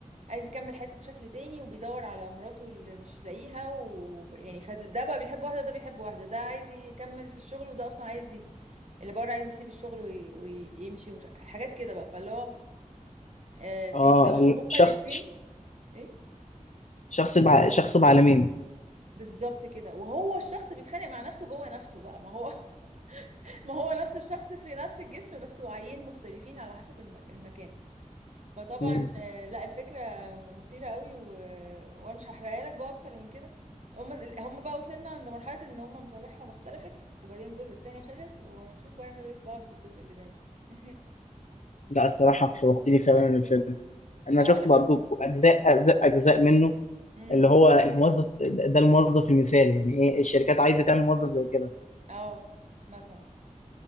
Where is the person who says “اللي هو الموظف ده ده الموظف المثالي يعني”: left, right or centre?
Left